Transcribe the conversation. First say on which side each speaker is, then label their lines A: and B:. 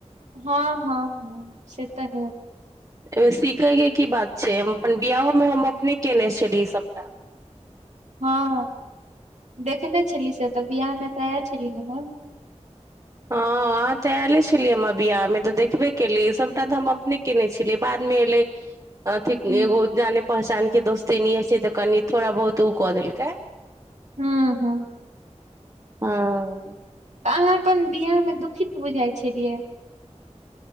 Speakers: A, on the right; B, on the right.
A: हँ हँ हँ से तऽ ही
B: अयमे सीखयके की बात छै हम अपन बियाहमे हम अपने कयने छलियै सभटा
A: हँ देखने छली से तऽ बियाह मे तऽ आय छली ने हम
B: ह अहाँ ते एयले छलियै हमरा बियाह मे तऽ देखबे केलियै सबटा तऽ हम अपने केने छलियै बाद मे एले अथीक
A: हूं
B: एगो जाने पहचान के दोस्तीनीये छै तऽ कनि थोड़ा बहुत उ क देलकै
A: हू हँ
B: हँ
A: तऽ अहाँ अपन बियाह मे दुखित बुझाइ छलियै